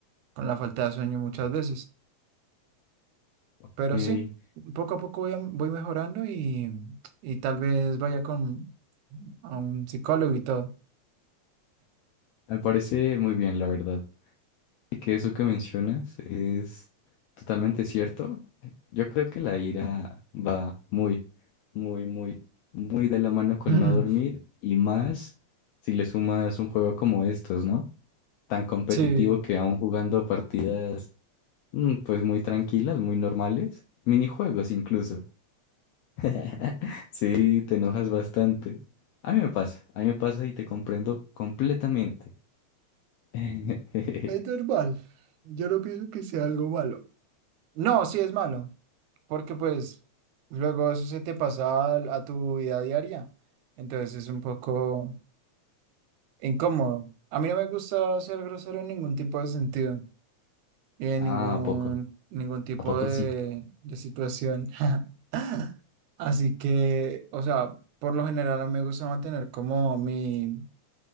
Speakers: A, on the right; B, on the left.
A: la falta de sueño muchas veces.
B: Ok.
A: Pero sí, poco a poco voy, a- voy mejorando y, y tal vez vaya con a un psicólogo y todo.
B: Me parece muy bien, la verdad. Que eso que mencionas es totalmente cierto. Yo creo que la ira va muy, muy, muy, muy de la mano con
A: <laughs>
B: no dormir y más si le sumas un juego como estos, ¿no? Tan competitivo
A: Sí.
B: que aún jugando partidas, mm, pues muy tranquilas, muy normales, minijuegos incluso. <laughs> Sí, te enojas bastante. A mí me pasa, a mí me pasa y te comprendo completamente. <laughs>
A: Es normal. Yo no pienso que sea algo malo. No, sí es malo, porque pues luego eso se te pasa al- a tu vida diaria. Entonces es un poco incómodo. A mí no me gusta ser grosero en ningún tipo de sentido. y en
B: Ah,
A: ningún,
B: ¿a poco?
A: ningún tipo
B: ¿A poco
A: de,
B: sí?
A: de situación. <laughs> Así que, o sea, por lo general a mí me gusta mantener como mi,